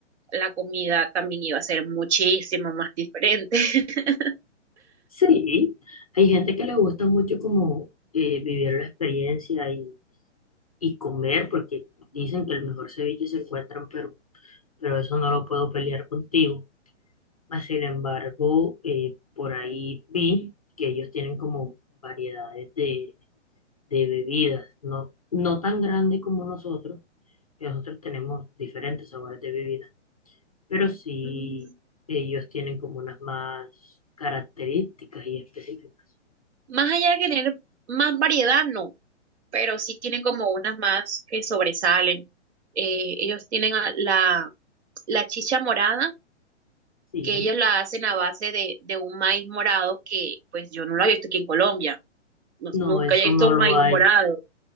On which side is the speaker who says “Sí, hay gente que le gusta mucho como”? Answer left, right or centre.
Left